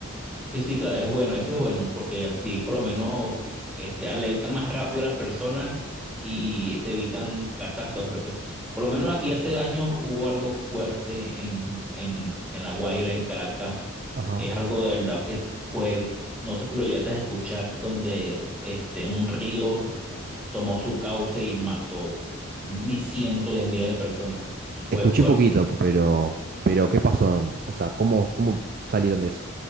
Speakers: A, in the centre; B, on the right (about 40°).
A: Sí, sí, claro, es bueno, eso es bueno, porque así por lo menos este, alertan más rápido a las personas y se evitan catástrofes. pues. Por lo menos aquí hace años hubo algo fuerte en, en, en La Guaira, en Caracas.
B: Ajá.
A: Es algo de verdad que fue, no sé si lo llegaste a escuchar, donde este, un río eh, tomó su cauce y mató mi cientos de miles de personas.
B: Escuché
A: Fue fuerte.
B: poquito, pero, pero ¿qué pasó? O sea, ¿cómo, cómo salieron de eso?